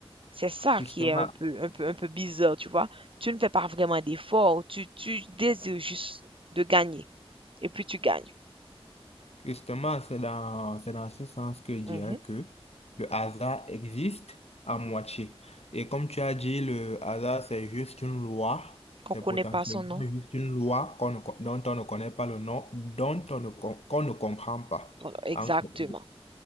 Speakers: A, on the right; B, on the left.
A: C'est ça
B: Justement,
A: qui est un peu, un peu, un peu bizarre, tu vois. Tu ne fais pas vraiment d'effort, tu, tu désires juste de gagner et puis tu gagnes.
B: Justement, c'est dans, c'est dans ce sens que je dirais
A: Mhm.
B: que le hasard existe à moitié. Et comme tu as dit, le hasard, c'est juste une loi.
A: Qu'on
B: C'est
A: connaît
B: potentiellement
A: pas son nom.
B: juste une loi qu'on ne co- dont on ne connaît pas le nom, dont on ne, com- qu'on ne comprend pas.
A: Voilà, Exactement,
B: Encore.